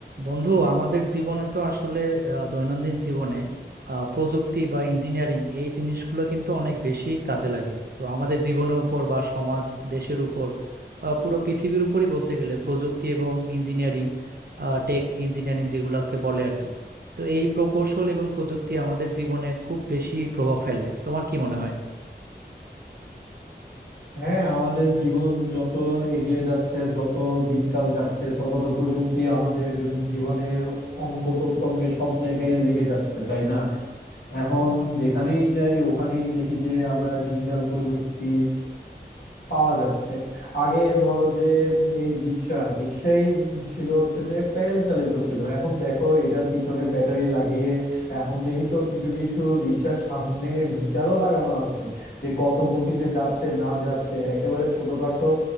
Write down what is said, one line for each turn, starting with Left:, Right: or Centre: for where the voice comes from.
Right: বন্ধু আমাদের জীবনে তো আসলে আহ, দৈনন্দিন জীবনে আহ, প্রযুক্তি বা ইঞ্জিনিয়ারিং এই জিনিসগুলো কিন্তু অনেক বেশি কাজে লাগে তো আমাদের জীবনের উপর বা সমাজ দেশের উপর আহ, পুরো পৃথিবীর উপরই বলতে গেলে প্রযুক্তি এবং ইঞ্জিনিয়ারিং টেক ইঞ্জিনিয়ারিং যেগুলোকে বলে আর কি তো এই প্রকৌশল এবং প্রযুক্তি আমাদের জীবনে খুব বেশি প্রভাব ফেলে তোমার কি মনে হয়
Left: হ্যাঁ আমাদের জীবন যত এগিয়ে যাচ্ছে যত দিনকাল যাচ্ছে তত তো প্রযুক্তি আমাদের জীবনের অঙ্গ প্রত্যঙ্গে সব জায়গায় লেগে যাচ্ছে তাই না এখন যেখানেই যাই ওখানেই দেখি যে আমরা ডিজিটাল প্রযুক্তি পাওয়া যাচ্ছে আগে ধরো যে এই রিক্সা রিক্সাই ছিল হচ্ছে যে প্যাডেল চালিত ছিল এখন দেখো এটার পিছনে ব্যাটারি লাগিয়ে এখন দেখি তো কিছু কিছু রিক্সার সামনে মিটারও লাগানো আছে যে কত গতিতে যাচ্ছে না যাচ্ছে একেবারে ছোটখাটো